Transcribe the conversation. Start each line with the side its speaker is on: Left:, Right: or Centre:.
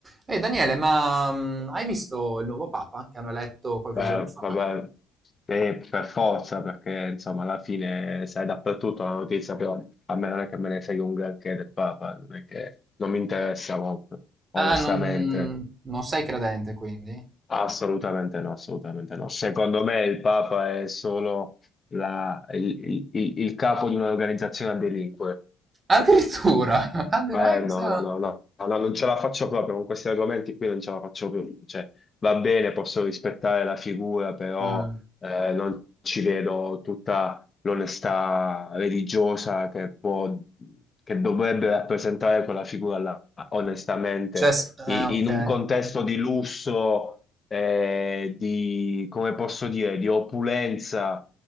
Right: Ehi Daniele, ma mm, hai visto il nuovo Papa che hanno eletto qualche
Left: Beh,
Right: giorno fa?
Left: vabbè, eh, per forza, perché insomma alla fine sai dappertutto la notizia, però a me non è che me ne frega un granché del Papa, non è che non mi interessa molto,
Right: Ah,
Left: onestamente,
Right: non, non sei credente quindi?
Left: assolutamente no, assolutamente no. Secondo me il Papa è solo la- il, il- il- il capo di un'organizzazione a delinquere,
Right: Addirittura! <laughs> Addirittura!
Left: Eh, no, no, no, no, no, non ce la faccio proprio con questi argomenti qui, non ce la faccio più. Cioè, va bene, posso rispettare la figura, però
Right: Ah,
Left: eh, non ci vedo tutta l'onestà religiosa che può, che dovrebbe rappresentare quella figura là, onestamente,
Right: cioè, s- eh,
Left: I-
Right: ok.
Left: in un contesto di lusso, eh, di, come posso dire, di opulenza.